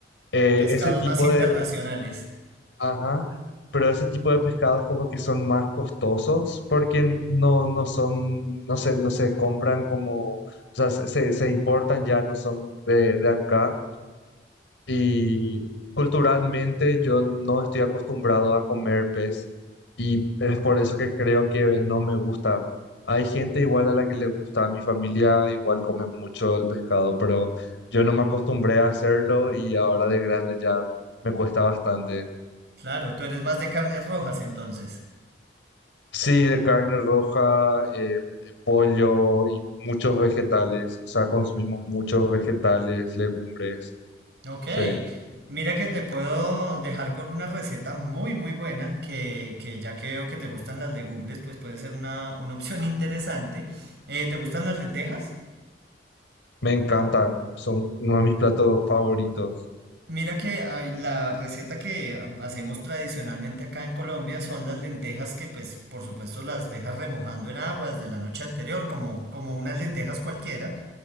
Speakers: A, on the left; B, on the right.
A: eh,
B: Pescados
A: ese tipo
B: más internacionales.
A: de, Ajá, pero ese tipo de pescados como que son más costosos porque no, no son, no se, no se compran como, o sea, se, se se importan ya, no son de, de acá. Y culturalmente yo no estoy acostumbrado a comer pez y es por eso que creo que no me gusta. Hay gente igual a la que le gusta, mi familia igual come mucho el pescado, pero yo no me acostumbré a hacerlo y ahora de grande ya me cuesta bastante.
B: Claro, tú eres más de carnes rojas entonces.
A: Sí, de carne roja, eh, eh, pollo y muchos vegetales. O sea, consumimos muchos vegetales, legumbres.
B: Ok,
A: Sí,
B: mira que te puedo dejar con una receta muy muy buena que, que ya que veo que te gustan las legumbres, pues puede ser una, una opción interesante. Eh, ¿te gustan las lentejas?
A: me encantan. Son uno de mis platos favoritos.
B: Mira que hay- la receta que ha- hacemos tradicionalmente acá en Colombia son las lentejas que pues por supuesto las dejas remojando en agua desde la noche anterior, como, como unas lentejas cualquiera.